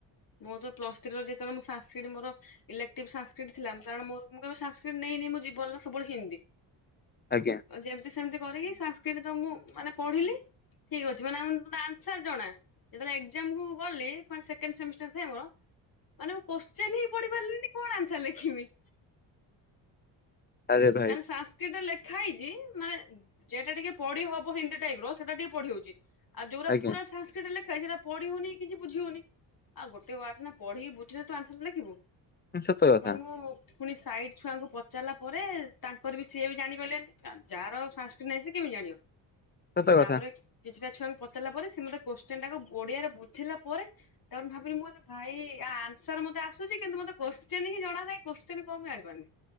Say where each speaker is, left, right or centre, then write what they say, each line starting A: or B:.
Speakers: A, on the left (about 45°); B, on the left (about 20°).
A: ମୁଁ ତ ପ୍ଲସଥ୍ରୀରେ ଯେତେବେଳେ ମୁଁ ସାସ୍କ୍ରିଟ ମୋ ଇଲେକ୍ଟିଭ ସାସ୍କ୍ରିଟ ଥିଲା କାରଣ ମୁଁ ମୁଁ କେବେ ସାସ୍କ୍ରିଟ ନେଇନି ମୁଁ ମୋ ଜୀବନରେ ସବୁବେଳେ ହିନ୍ଦୀ
B: ଆଜ୍ଞା
A: ଯେମିତି ସେମିନ୍ତି କରି ସାସ୍କ୍ରିଟ ମୁଁ ମାନେ ପଢିଲି ଠିକ ଅଛି ମାନେ ମୁଁ ଆନ୍ସର ଜଣା ଯେତେବେଳେ ଏଗଜାମକୁ ଗଲି ଫାଷ୍ଟ ସେକେଣ୍ଡ ସେମିଷ୍ଟାର। ମାନେ ମୁଁ କୋଶଚିନ ପଢି ପାରିଲିନି କଣ ଆନ୍ସର ଲେଖିବି।
B: ଆରେ ଭାଇ
A: ମାନେ ସାସ୍କ୍ରିଟରେ ଲେଖ। ଶିଖା ହେଇଛି ମାନେ ଯେଟା ଟିକେ ପଢି ହବ ହିନ୍ଦୀ ଟାଇପ ର ସେଟା ଟିକେ ପଢି ହଉଛି। ଆଉ ଯଉରା
B: ଆଜ୍ଞା
A: ପୂରା ସାସ୍କ୍ରିଟରେ ଲେଖା ହେଇଛି। ପଢି ହଉନି କିଛି ବୁଝି ହଉନି ଆଉ ଗୋଟେ ୱାର୍ଡ ନା ପଢିକି ବୁଝି ତୁ ଆନସାର ଲେଖିବୁ।
B: ସତ କଥା।
A: ମାନେ ମୁଁ ପୁଣି ସାଇଟ୍ ଛୁଆଙ୍କୁ ପଚାରିଲା। ପରେ ତାଙ୍କର ବି ସିଏ ବି ଜାଣିପାରିଲେନି ଯାହାର ସାସ୍କ୍ରିଟ ନାହିଁ ସେ କେମିତି ଜାଣିବ।
B: ସତ
A: ତାପରେ
B: କଥା
A: କିଛିଟା। ଛୁଆଙ୍କୁ ପଚାରିଲ ପରେ ସେ ମୋତେ କୋଶ୍ଚିନଟାକୁ ଓଡିଆରେ ବୁଝିଲା ପରେ ତା ପରେ ଭାବିଲି ମୁଁ ଭାଇ ଆ ଆନ୍ସର ମତେ ଆସୁଛି କିନ୍ତୁ ମତେ କୋଶ୍ଚିନ ହିଁ ଜଣା ନାହିଁ କୋଶଚୀନ କଣ ମୁଁ ଜାଣିପାରୁନି।